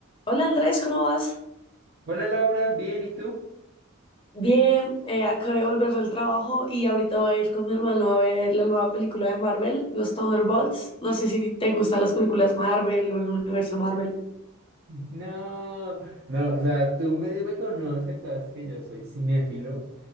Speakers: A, on the left; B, on the right.
A: Hola Andrés, ¿cómo vas?
B: Hola Laura, bien, ¿y tú?
A: Bien, eh, acabé de volver del trabajo y ahorita voy a ir con mi hermano a ver la nueva película de Marvel, los Thunderbolts. No sé si te gustan las películas Marvel o el universo Marvel.
B: No, no, o sea, tú medio me conoces, sabes que yo soy cinéfilo